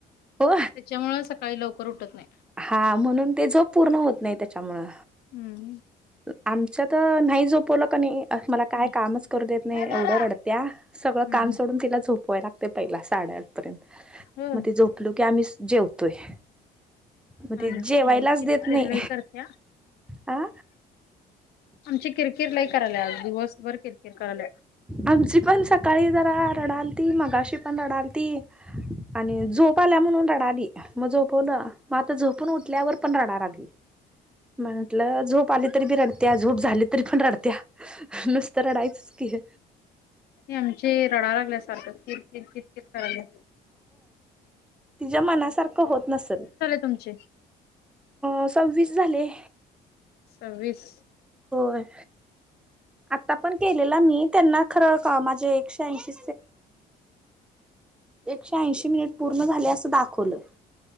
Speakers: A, in the centre; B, on the left (about 70°).
A: हो
B: त्याच्यामुळ सकाळी लवकर उठत नाही.
A: हा म्हणून ते झोप पूर्ण होत नाही त्याच्यामुळ.
B: हम्म.
A: आमच तर नाही झोपवलं कनी. मला काय
B: हम्म
A: कामच करू देत नाही
B: ए
A: एवढं
B: दादा
A: रडत्या सगळं
B: हम्म
A: काम
B: हम्म.
A: सोडून तिला झोप <unintelligible> साडे आठ पर्यंत
B: होय
A: मगं झोपलो कनी आम्ही जेवतोय मग ते
B: आमची
A: जेवायलाच
B: कीरकीर
A: देत नाही
B: लय करत्या
A: ह
B: आमची किरकिर लाही करायला आज दिवसभर किरकिर करायला.
A: आमजी पण सकाळी जरा रडाल ती मगाशि पण रडाली ती आणि झोप आल्या म्हणून रडाली मग झोपवलं मग आता झोपून उठल्यावर पण रडा आली हे म्हंटलं झोप आली तरी बी रडत्या झोप झाली तरी पण रडत्या नुसतराडायचच‌की
B: आमचे रडा लागल्या सारखं किर किर किर किर करायला
A: तीच्या मनासारक होत नसल
B: तुमचे
A: असंवि झाले
B: सव्वीस
A: होय आता पण केलेला मी त्यांना खरं माझे एकशे ऐंशी एकशे ऐशी मिनिट पूर्ण झाले असं दाखवलं